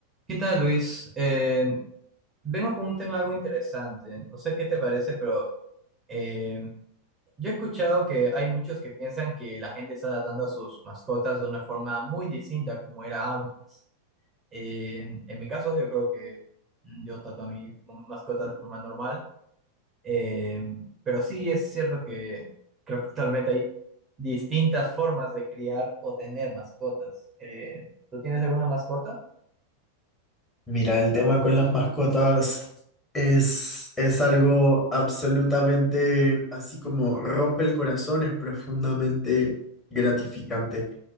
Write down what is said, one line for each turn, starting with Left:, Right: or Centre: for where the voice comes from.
Right: ¿Qué tal, Luis? Eh, vengo con un tema algo interesante. No sé qué te parece, pero eh, yo he escuchado que hay muchos que piensan que la gente está tratando a sus mascotas de una forma muy distinta como era antes. Eh, en, en mi caso, yo creo que mm, yo trato a mis mascotas de forma normal, eh, pero sí es cierto que creo que actualmente hay distintas formas de criar o tener mascotas. Eh, ¿tú tienes alguna mascota?
Left: Mira, el tema con las mascotas es, es algo absolutamente así como rompe el corazón, es profundamente gratificante.